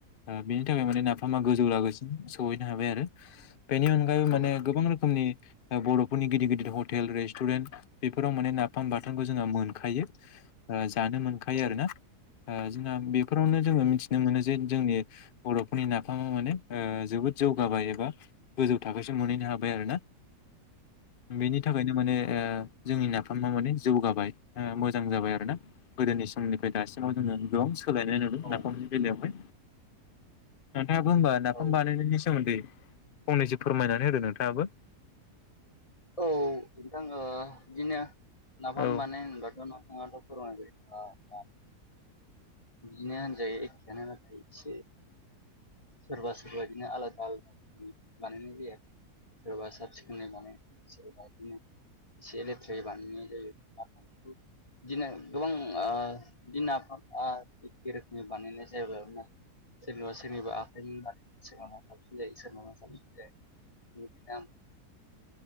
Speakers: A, on the left; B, on the left.
A: आ बेनि थाखाय माने नाफामा गोजौ लागोसिम सहैनो हाबाय आरो बेनि अनगायैबो
B: औ
A: माने गोबां रोखोम समनि बर'फोरनि गिदिर गिदिर हटेल रेस्टुरेन्ट बेफोराव माने नाफाम बाथोनखौ जोंहा मोनखायो ओ जानो मोनखायो
B: औ
A: आरोना। जोंना बेफोरावनो जोङो मिथिनो मोनो जे जोंनि बर'फोरनि नाफामा माने जोबोद जौगाबाय एबा गोजौ थाखोसो मोनहैनो हाब बाय आरो ना बेनि थाखायनो माने जोंनि नाफामा माने जौगाबाय ओ मोजां जाबाय आरो ना गोदोनि समनिफ्राय दासिमाव जोङो गोबां सोलायनाय नुदों
B: औ
A: नाफामनि बेलायावहाय नोंथाङाबो होनबा नाफाम
B: औ
A: बानायनायनि सोमोन्दै फंनैसो फोरमायनानै होदो नोंथां। दाबो
B: औ नोंथां ओ बिदिनो नाफाम
A: औ
B: बानाय होनबाथ'' ना <unintelligible> बिदिनो होनजायो एखेयानो एसे सोरबा सोरबा बिदिनो आलादा आलादा रोखोमनि बानायनाय जाया सोरबा साब सिखोनै माने सोरबा बिदिनो एसे लेथ्रायै बानायनाय जायो। दिनो गोबां इदि नाफाम आ एखे रोखोमनि बानायनाय जायोब्लाबो आरो सोरनिबा सोरनिबा सोरनाबा साबसिन जायो सोरनाबा साबसिन जाया बेनिखायनो आं